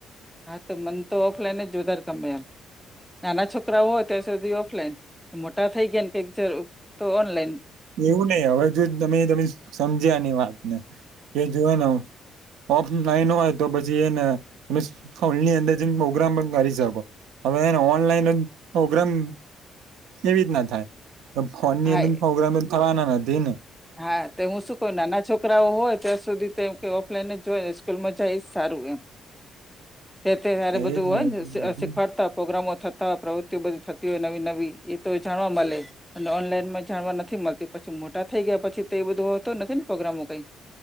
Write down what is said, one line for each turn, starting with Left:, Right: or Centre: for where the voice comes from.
Centre: હાતો મન તો ઓફલાઈન જ જો વધારે ગમે એમ, નાના છોકરા ત્યાં સુધી ઓફલાઈન થઈ ગયા ને પંચર તો ઓનલાઈન,
Right: એવું નહીં હવે જો તમે તમે સમજ્યાની વાતને કે જોયને હું, ઓફલાઈન હોય તો પછી એને ફની અંદર પ્રોગ્રામ પણ કરી, હવે ઓનલાઈન પ્રોગ્રામ એવીના થાય, ફોનની
Centre: હા
Right: અંદર
Centre: એ
Right: પ્રોગ્રામ થના નથી ને,
Centre: હા તો હુંશું કહું ના છોકરીએ. છોકરાઓ હોય ત્યાં સુધી કંઈ ઓફલાઈન જ જોયને સ્કૂલમાં જાય જ સારું એમ, તે ત્યારે બધું
Right: એ જ ને એટલે બધું
Centre: સેખવાડતા પોગ્રામો થઈ, અથવા બધી થતી હોય નવી નવી એતો મળે, અને ઓનલાઈનમાં જાણવા નથી મળતી પછી મોટા થઈ ગયા પછી તોએ બધું હોતો નથી ને પ્રોગ્રામો કંઈક,